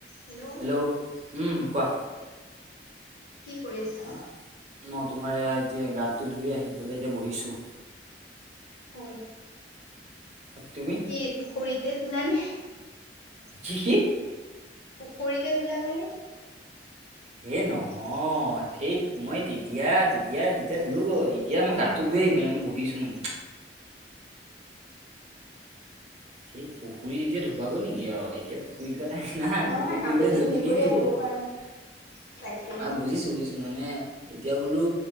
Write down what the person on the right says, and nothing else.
হেল্ল'ম কোৱা।
মই তোমাৰ এয়া এতিয়া গাতটো ধুই আহি পেলাই এতিয়া বহিছো।
বাকী তুমি
কি কি
এহ নহয়‌ থেইত মই তেতিয়া এতিয়া তেতিয়া ধুলোঁগৈ এতিয়া মই গাটো ধুই আহি পেলাই বহিছোঁ মানে। সেই পুখুৰীত এতিয়া ধুবাগৈ নেকি আৰু এতিয়া পুখুৰীত ধোৱা টাইম নাই
পুখুৰীত ধুলে
জখিনীয়ে
নিব।
অহ,
বুজিছো বুজিছো মানে এতিয়া বোলো